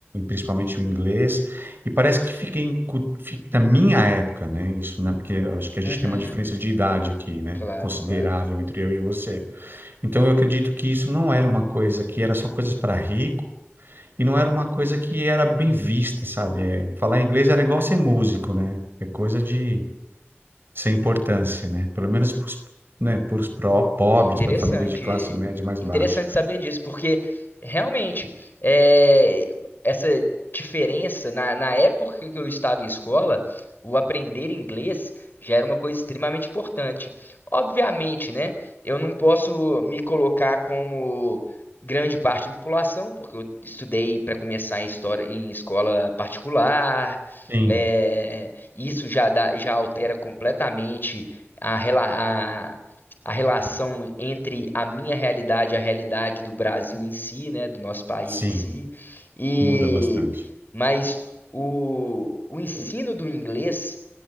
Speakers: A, on the right; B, on the left.
A: principalmente o inglês, e parece que fica, incu- fi- na minha época, né? Isso, né? Porque eu acho que a
B: Uhum,
A: gente tem uma diferença de idade aqui, né?
B: claro,
A: Considerável
B: claro.
A: entre eu e você. Então eu acredito que isso não era uma coisa que era só coisas para rico. E não era uma coisa que era bem vista, sabe? É, falar inglês era igual ser músico, né? É coisa de sem importância, né? Pelo menos para os né, pros pró- pobres,
B: Interessante,
A: para a família de classe
B: in-
A: média mais
B: interessante
A: baixa.
B: saber disso, porque realmente é, essa diferença na, na época que eu estava em escola, o aprender inglês já era uma coisa extremamente importante. Obviamente, né? Eu não posso me colocar como grande parte da população, porque eu estudei para começar em história em escola particular.
A: Sim,
B: é, isso já dá- já altera completamente a, rela- a relação entre a minha realidade e a realidade do Brasil em si, né, do nosso país
A: sim,
B: em si. E
A: muda bastante.
B: mas o, o ensino do inglês,